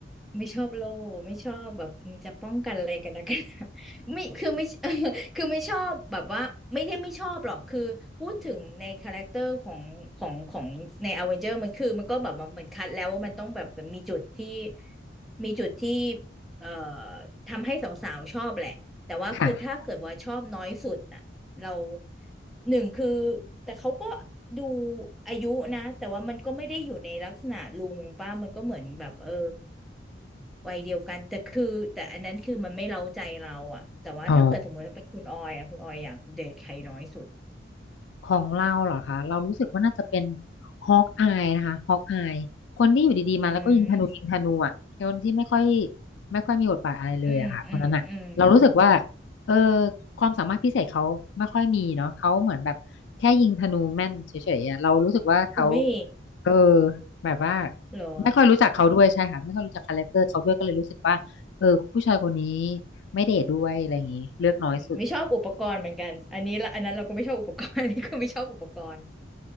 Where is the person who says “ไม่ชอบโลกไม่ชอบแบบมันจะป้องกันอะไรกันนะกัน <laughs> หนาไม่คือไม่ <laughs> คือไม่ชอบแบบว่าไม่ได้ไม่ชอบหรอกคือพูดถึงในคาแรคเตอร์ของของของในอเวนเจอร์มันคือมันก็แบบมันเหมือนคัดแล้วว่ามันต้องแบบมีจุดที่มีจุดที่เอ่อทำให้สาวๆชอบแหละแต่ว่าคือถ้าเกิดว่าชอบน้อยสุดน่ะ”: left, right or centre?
Centre